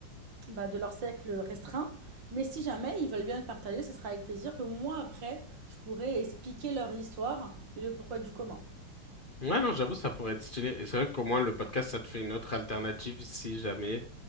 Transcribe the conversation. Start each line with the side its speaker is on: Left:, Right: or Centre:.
Right: bah, de leur cercle restreint. Mais si jamais ils veulent bien le partager, ce sera avec plaisir que moi, après, je pourrai expliquer leur histoire et le pourquoi du comment.
Left: Ouais, non, j'avoue, ça pourrait être stylé. Et c'est vrai qu'au moins, le podcast, ça te fait une autre alternative si jamais...